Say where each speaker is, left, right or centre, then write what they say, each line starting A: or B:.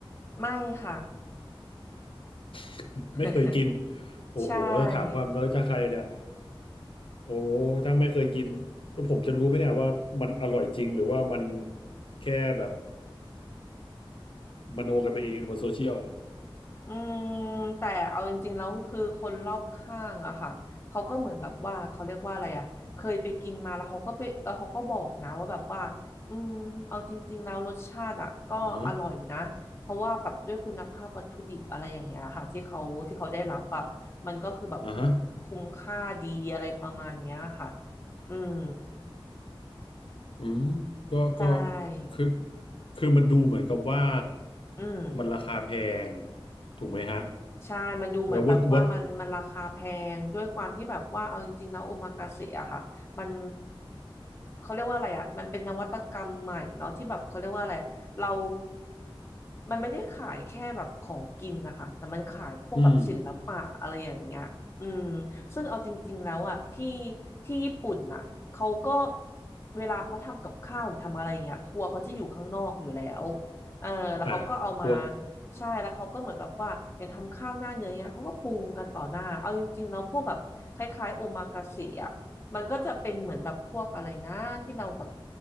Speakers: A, on the left; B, on the left.
A: ไม่ค่ะ
B: <laughs>
A: <laughs>
B: ไม่เคยกินโอ้โหถามความรู้จักใครเนี่ย
A: ใช่
B: โอ้ถ้าไม่เคยกินแล้วผมจะรู้ไหมเนี่ยว่ามันอร่อยจริงหรือว่ามันแค่แบบมโนกันไปเองบนโซเชียล
A: อืมแต่เอาจริงๆแล้วคือคนรอบข้างอะค่ะเขาก็เหมือนแบบว่าเขาเรียกว่าอะไรอะเคยไปกินมาแล้วเขาก็ไปแล้วเขาก็บอกนะว่าแบบว่าอืมเอาจริงๆแล้วรสชาติอะก็อร่อยนะเพราะว่าแบบด้วยคุณภาพวัตถุดิบอะไรอย่างเงี้ยค่ะที่เขาที่เขาได้รับอะมันก็คือแบบคุ้มคุ้มค่าดีอะไรประมาณเนี้ยค่ะ
B: อ่าฮะอ่าฮะ
A: อืม
B: อืมก็ก็
A: ใช่
B: คือคือมันดูเหมือนกับว่า
A: อืม
B: มันราคาแพงถูกไหมฮะ
A: ใช่มันดูเหมือนแบบว่ามันมันราคาแพงด้วยความที่แบบว่าเอาจริงๆแล้วโอมากาเสะอะค่ะมัน
B: เออวัดวัด
A: เขาเรียกว่าอะไรอะมันเป็นนวัตกรรมใหม่เนาะที่แบบเขาเรียกว่าอะไรอะเรามันไม่ได้ขายแค่แบบของกินนะคะแต่มันขายพวกแบบศิลปะอะไรอย่างเงี้ยอืม
B: อืม
A: ซึ่งเอาจริงๆแล้วอะที่ที่ญี่ปุ่นน่ะเขาก็เวลาเขาทำกับข้าวหรือทำอะไรอย่างเงี้ยครัวเขาจะอยู่ข้างนอกอยู่แล้วเออแล้วเขาก็เอามา
B: อ่าพวก
A: ใช่แล้วเขาก็เหมือนแบบว่าอย่างทำข้าวหน้าเนื้อเนี้ยเขาก็ปรุงกันต่อหน้าเอาจริงๆแล้วพวกแบบคล้ายๆโอมากาเสะอ่ะมันก็จะเป็นเหมือนแบบพวกอะไรนะที่เราแบบ